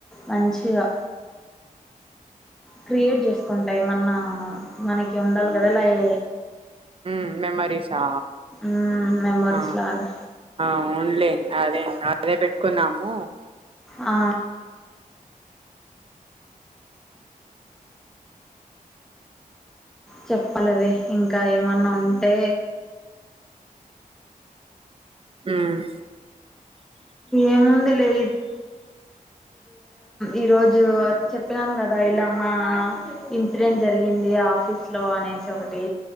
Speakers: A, in the centre; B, on the right.
A: మంచిగా క్రియేట్ చేసుకుంటాయి ఏమన్న మనకి ఉండాలి కదా ఇలాయ్
B: ఉమ్ మెమరీసా
A: మ్మ్ మెమోరీస్
B: ఆ
A: లాగా
B: అవునులే అదేం అదే పెట్టుకున్నాము
A: ఆ చెప్పలేదే ఇంకా ఏమన్నా ఉంటే
B: ఉమ్
A: ఏముందిలే ఈ రోజు చెప్పినాను కదా ఇల్లాం ఆ ఇన్సిడెంట్ జరిగింది ఆఫీస్ లో అనేసి ఒకటి